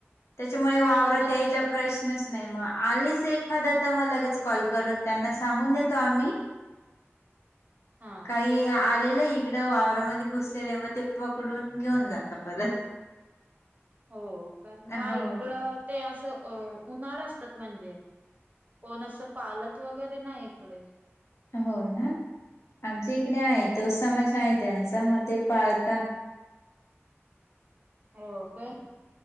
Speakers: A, on the left (about 75°); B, on the right (about 35°).
A: त्याच्यामुळे वावरात
B: हा मग
A: यायचा
B: ते
A: प्रश्न नच नाही मग आलेच एखादा तर मग लगेच कॉल करून त्यांना सांगून देतो आम्ही
B: हा
A: का आलेलं इकडं वावरामध्ये घुसलेलं आहे मग ते पकडून घेऊन जात परत.
B: हो पण हा
A: हो
B: इकडं ते असं उन्हाळा असतात म्हणजे, कोण असं पालत वगैरे नाही इकडे,
A: हो ना आमच्या इकडे आहे तो समाज आहे त्यांचा मग ते पाळता.
B: हो काय?